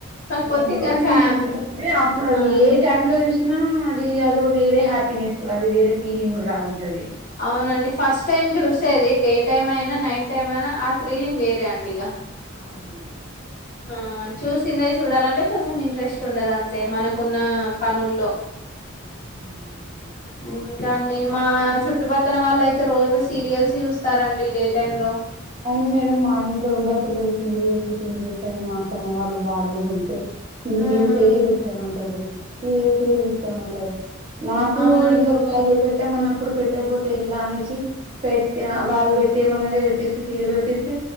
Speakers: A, on the left; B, on the right.
A: కాకపోతే
B: ఎంటర్టైన్మెంట్
A: ఇంకా ఫ్యామ్
B: మూవీస్ అప్పుడు అది
A: ఆ
B: ఏ టైంలో చూసినా ఆది వేరే హ్యాపీనెస్ అది వేరే ఫీలింగ్ లా ఉంటది
A: అవునండి ఫస్ట్ టైం చూసేది డే టైమ్ అయినా నైట్ టైం అయినా ఆ త్రీలింగ్ వేరే అండి ఇగా
B: అవును
A: ఆ చూసిందే చూడాలంటే కొంచెం ఇంట్రెస్ట్ ఉండదు అంతే మనకున్న పనుల్లో
B: అవును మేడం అవును
A: ఉమ్మ్ ఇంకా అండి మా చుట్టుపక్కన వాళ్ళు అయితే రోజు సీరియల్స్ చూస్తారండి డే టైమ్ లో
B: అవును మేడం మా ఇంట్లో కూడా అసలు సీరియల్స్ సీరియల్స్ అని మా అత్తమ్మ వాళ్ళు ఉంటే సీరియల్స్
A: మ్మ్
B: ఏ పెట్టామంటారు సీరియల్స్ ఏ చూస్తామంటారు నాకు
A: అవునండి
B: ఇంక వాళ్ళు పెట్టామన్నాప్పు ఇప్పుడు పెట్టకపోతే ఎట్లా అనేసి పెట్టినా వాళ్ళు పెట్టేమన్నదే పెట్టిస్తే సీరియల్ పెట్టిసితే